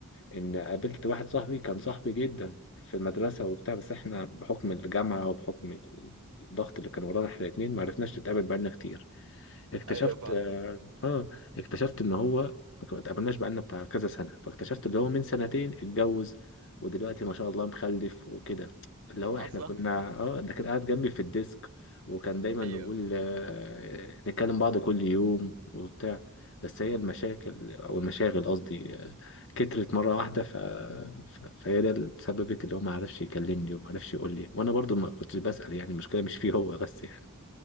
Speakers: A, on the left (about 55°); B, on the right (about 80°).
A: ان قابلت واحد صاحبي كان صاحبي جدا في المدرسة وبتاع بس احنا بحكم الجامعة وبحكم الضغط اللي كان ورانا احنا الاتنين ما عرفناش نتقابل بقالنا كتير اكتشفت
B: ايوه فعلا
A: اه آه، اكتشفت ان هو ما اتقابلناش بقالنا بتاع كذا سنه فاكتشفت اللي هو من سنتين اتجوز ودلوقتي ما شاء الله مخلف وكده اللي هو احنا
B: اصلا
A: كنا اه ده كان قاعد جنبي في الديسك وكان دايما
B: <laughs> ايوه
A: نقول آه، نتكلم بعض كل يوم وبتاع بس هي المشاكل او المشاغل قصدي آه، كترت مره واحده ف... ف... فهي ده اللي سببت اللي هو ما عرفش يكلمني وما عرفش يقول لي وانا برضو ما كنتش بسأل يعني المشكله مش فيه هو بس يعني